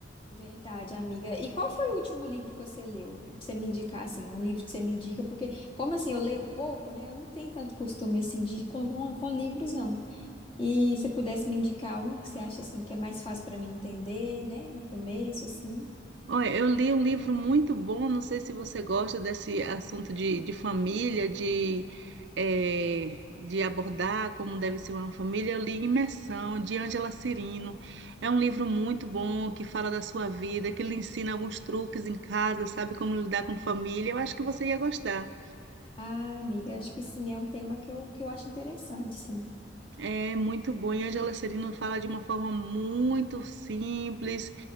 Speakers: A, on the left; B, on the right.
A: Verdade, amiga. E qual foi o último livro que você leu? Pra você me indicar, assim, um livro que você me indica, porque, como assim, eu leio pouco, né? Eu não tenho tanto costume, assim, de com, com, com livros, não. E se pudesse me indicar um que você acha, assim, que é mais fácil para mim entender, né? No começo, assim.
B: Olha, eu li um livro muito bom, não sei se você gosta desse assunto de, de família, de, eh, de abordar como deve ser uma família. Eu li Imersão, de Ângela Cirino. É um livro muito bom que fala da sua vida, que lhe ensina alguns truques em casa, sabe como lidar com família. Eu acho que você ia gostar.
A: Ah, amiga, acho que sim, é um tema que eu, que eu acho interessante, sim.
B: É muito bom. E Ângela Cirino fala de uma forma muito simples.